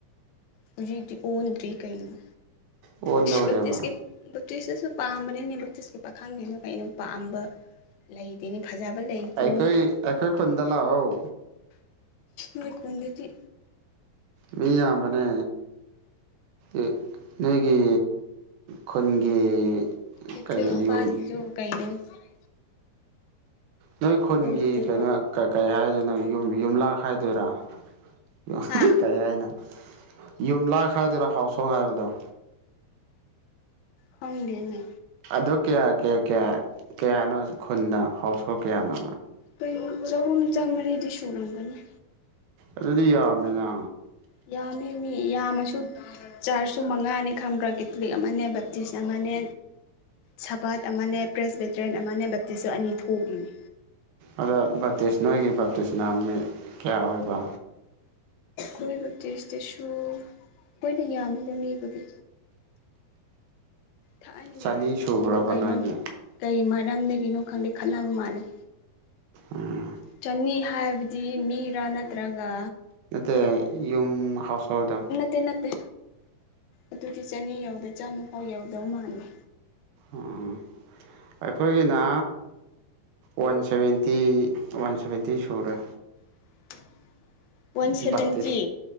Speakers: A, on the left (about 80°); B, on the right (about 80°).
A: ꯍꯧꯖꯤꯗꯤ ꯑꯣꯟꯗ꯭ꯔꯤ ꯀꯩꯩꯅꯣ
B: ꯑꯣꯟꯗꯧꯔꯦꯕ
A: ꯕꯛꯇꯤꯁꯀꯤ ꯕꯛꯇꯤꯁꯇꯁꯨ ꯄꯥꯝꯕꯅꯤꯅꯦ ꯕꯛꯇꯇꯤꯁꯀꯤ ꯄꯥꯈꯪꯁꯤꯡꯅ ꯑꯩꯅ ꯄꯥꯝꯕ ꯂꯩꯇꯦꯅꯦ ꯐꯖꯕ ꯂꯩꯇꯤꯅꯦ
B: ꯑꯩꯈꯣꯏ ꯑꯩꯈꯣꯏ ꯈꯨꯟꯗ ꯂꯥꯛꯑꯣ
A: ꯅꯣꯏ ꯈꯨꯟꯗꯒꯤ
B: ꯃꯤ ꯌꯥꯝꯕꯅꯦ ꯑ ꯅꯣꯏꯒꯤ ꯈꯨꯟꯒꯤ
A: ꯀꯦꯊꯂꯤꯛ
B: ꯀꯩꯅꯣ ꯌꯨꯝ
A: <unintelligible>
B: ꯅꯣꯏ ꯈꯨꯟꯒꯤ
A: ꯇꯧꯗꯣꯏꯕ
B: ꯀꯩꯅꯣ ꯀ ꯀꯩ ꯍꯥꯏꯗꯣꯏꯅꯣ ꯌꯨꯝ ꯌꯨꯝꯂꯥꯛ ꯍꯥꯏꯗꯣꯏꯔꯥ ꯌ
A: ꯍꯥ
B: ꯀꯩ ꯍꯥꯏꯅꯣ ꯌꯨꯝ ꯂꯥꯛ ꯍꯥꯏꯥꯏꯗꯣꯏꯔꯥ ꯍꯥꯎꯁ ꯍꯣꯜ ꯍꯥꯏꯕꯗꯣ
A: ꯐꯪꯗꯦꯅ
B: ꯑꯗꯨ ꯀꯌꯥ ꯀꯌꯥ ꯀꯌꯥ ꯀꯌꯥꯅꯣ ꯈꯨꯟꯗ ꯍꯥꯎꯁ ꯍꯣꯜ ꯀꯌꯥꯅꯣ
A: ꯀꯩꯅ ꯆꯍꯨꯝ ꯆꯥꯝꯃꯔꯤꯗꯤ ꯁꯨꯔꯝꯒꯅꯤ
B: ꯑꯗꯨꯗꯤ ꯌꯥꯝꯃꯦꯅ
A: ꯌꯥꯝꯃꯦ ꯃꯤ ꯌꯥꯝꯃꯁꯨ ꯆꯥꯔꯁꯨ ꯃꯉꯥꯅꯤ ꯈꯪꯕ꯭ꯔꯥ ꯀꯦꯊꯂꯤꯛ ꯑꯃꯅꯦ ꯕꯞꯇꯤꯁ ꯑꯃꯅꯦ ꯁꯄꯥꯠ ꯑꯃꯅꯦ ꯄ꯭ꯔꯦꯁ ꯕꯦꯇꯔꯤꯦꯟ ꯑꯃꯅꯦ ꯕꯞꯇꯤꯁꯁꯨ ꯑꯅꯤ ꯊꯣꯛꯏꯅꯤ
B: ꯑꯗꯣ ꯚꯞꯇꯤꯁ ꯅꯣꯏꯒꯤ ꯕꯥꯞꯇꯤꯁꯅ ꯃꯤ ꯀꯌꯥ ꯑꯣꯏꯕ
A: ꯂꯣꯏꯕ ꯇꯦꯁꯇꯁꯨ ꯂꯣꯏꯅ ꯌꯥꯝꯃꯤꯗ ꯃꯤꯕꯨꯒꯤ ꯊꯥꯏꯅꯒꯤ
B: ꯆꯅꯤ
A: ꯑꯍꯜ ꯂꯃꯟꯁꯤꯡꯗꯨꯣ
B: ꯁꯨꯕ꯭ꯔꯕ
A: ꯀꯩꯅꯣ
B: ꯅꯣꯏꯒꯤ
A: ꯀꯩ ꯃꯔꯝꯗꯒꯤꯅꯣ ꯈꯪꯗꯦ ꯈꯠꯅꯕ ꯃꯥꯜꯜꯂꯤꯦ
B: ꯎꯝ
A: ꯆꯅꯤ ꯍꯥꯏꯕꯗꯤ ꯃꯤꯔꯥ ꯅꯠꯇ꯭ꯔꯒ
B: ꯅꯠꯇꯦ ꯌꯨꯝ ꯍꯥꯎꯁ ꯍꯣꯜꯗ
A: ꯑꯠꯇꯦ ꯅꯠꯇꯦ ꯑꯗꯨꯗꯤ ꯆꯅꯤ ꯌꯧꯗꯦ ꯆꯥꯝꯃꯐꯥꯎ ꯌꯧꯗꯧ ꯃꯥꯟꯗꯦ
B: ꯎꯝ ꯑꯩꯈꯣꯏꯒꯤꯅ ꯋꯥꯟ ꯁꯚꯦꯟꯇꯤ ꯋꯥꯟ ꯁꯚꯦꯟꯇꯤ ꯁꯨꯔꯦ
A: <inaudible> ꯁꯚꯦꯟꯇꯤ
B: ꯠꯇꯤꯁ